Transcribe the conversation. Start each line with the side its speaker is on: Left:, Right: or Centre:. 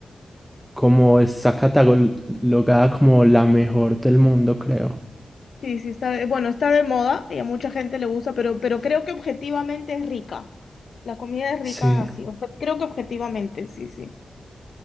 Centre: como está catalogada como la mejor del mundo, creo.
Left: Sí, sí, está de, bueno, está de moda y a mucha gente le gusta, pero, pero creo que objetivamente es rica. La comida es rica
Centre: Sí,
Left: así, o sea, creo que objetivamente, sí, sí.